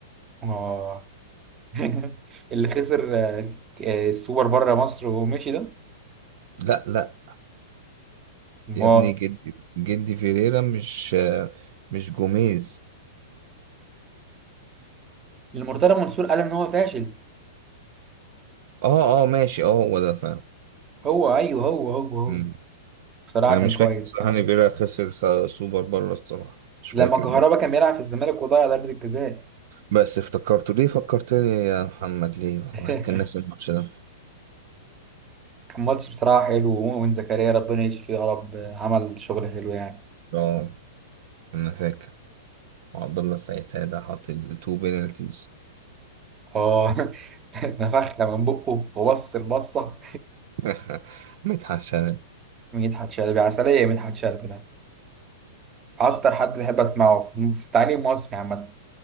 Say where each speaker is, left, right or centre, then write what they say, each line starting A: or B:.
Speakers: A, on the right; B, on the right.
A: اه <laughs> اللي خسر آه، آه، السوبر بره مصر ومشي ده
B: لا لا
A: ما
B: يا ابني جدي جدي فيريرا مش آه، مش جوميز
A: المرتضى منصور قال ان هو فاشل
B: اه اه ماشي اه هو ده فعلا
A: هو ايوه هو هو هو
B: مم.
A: بصراحه
B: انا
A: كان
B: مش
A: كويس
B: فاكر بصراحة
A: يعني
B: ان فيريرا خسر سا- سوبر بره الصراحة مش فاكر
A: لما كهربا
B: الماتش
A: كان بيلعب في الزمالك وضيع ضربه الجزاء
B: بس افتكرته ليه فكرتني يا محمد ليه
A: <laughs>
B: الواحد كان ناسي الماتش ده
A: كان ماتش بصراحه حلو ومؤمن زكريا ربنا يشفيه يا رب عمل شغل حلو يعني
B: اه انا فاكر عبد الله السعيد ساعتها حاط التو بينالتيز
A: اه <laughs> نفخنا من بقه وبص البصه
B: <laughs> متحش انا
A: <laughs> مدحت شلبي عسليه مدحت شلبي ده اكتر حد بحب اسمعه في في التعليم المصري عامه